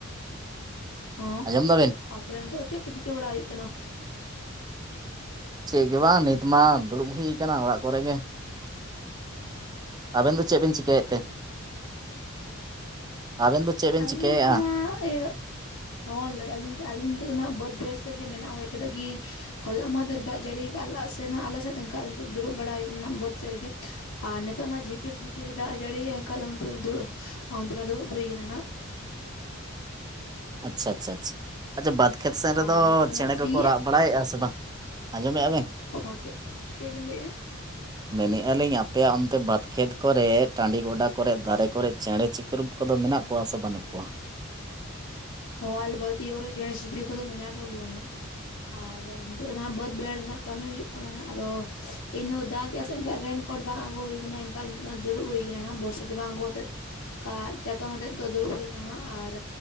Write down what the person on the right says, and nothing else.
ᱟᱸᱡᱚᱢ ᱫᱟᱵᱤᱱ
ᱪᱮᱫ ᱜᱮ ᱵᱟᱝ ᱱᱤᱛ ᱢᱟ ᱫᱩᱲᱩᱵ ᱦᱩᱭ ᱟᱠᱟᱱᱟ ᱚᱲᱟᱜ ᱠᱚᱨᱮ ᱜᱮ᱾ ᱟᱵᱮᱱ ᱫᱚ ᱪᱮᱫ ᱵᱮᱱ ᱪᱤᱠᱟᱹᱭᱮᱫ ᱛᱮ? ᱟᱵᱮᱱ ᱫᱚ ᱪᱮᱫ ᱵᱮᱱ
ᱪᱤᱠᱟᱹᱭᱮᱫᱼᱟ
ᱟᱪᱷᱟ ᱟᱪᱷᱟ ᱪᱷᱟ ᱟᱪᱷᱟ ᱵᱟᱫᱽ ᱠᱷᱮᱛ ᱥᱮᱱ ᱨᱮᱫᱚ
ᱪᱮᱬᱮ
ᱠᱚᱠᱚ ᱨᱟᱜ ᱵᱟᱲᱟᱭᱮᱫᱼᱟ ᱥᱮ ᱵᱟᱝ ᱟᱸᱡᱚᱢᱮᱫᱼᱟ ᱵᱮᱱ?
ᱢᱮᱱᱮᱫᱼᱟ ᱞᱤᱧ ᱟᱯᱮᱭᱟᱜ ᱚᱱᱛᱮ ᱵᱟᱫᱽᱠᱷᱮᱛ ᱠᱚᱨᱮ ᱴᱟᱺᱰᱤ ᱜᱚᱰᱟ ᱠᱚᱨᱮᱮᱫ ᱫᱟᱨᱮ ᱠᱚᱨᱮ ᱪᱮᱬᱮ ᱪᱤᱠᱨᱩᱯ ᱠᱚᱫᱚ ᱢᱮᱱᱟᱜ ᱠᱚᱣᱟ? ᱠᱚᱣᱟ ᱥᱮ ᱵᱟᱹᱱᱩᱜ ᱠᱚᱣᱟ